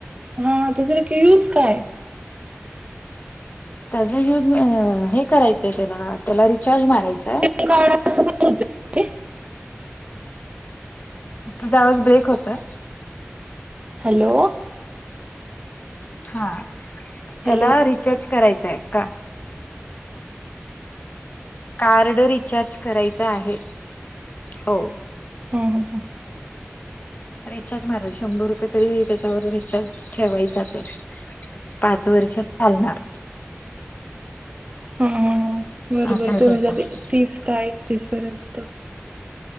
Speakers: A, on the right (about 25°); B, on the left (about 35°).
A: हा तु जरा क्वीज काय?
B: त्याजा युज हे करायचंय त्याला त्याला रिचार्ज मारायचंय.
A: हे कार्ड असं का होत ते
B: तुझा आवाज ब्रेक होतोय.
A: हॅलो.
B: हा
A: हॅलो
B: त्याला रिचार्ज करायचंय का? कार्ड रिचार्ज करायच आहे हो.
A: हम्म हम्म हम्म.
B: रिचार्ज मारायचा शंभर रुपये तरी त्याच्यावर रिचार्ज ठेवायचाच आहे. पाच वर्ष चालणार.
A: हम्म बरोबर
B: असं आहे
A: दोन
B: त्याच
A: हजार तीस का एकतीस पर्यंत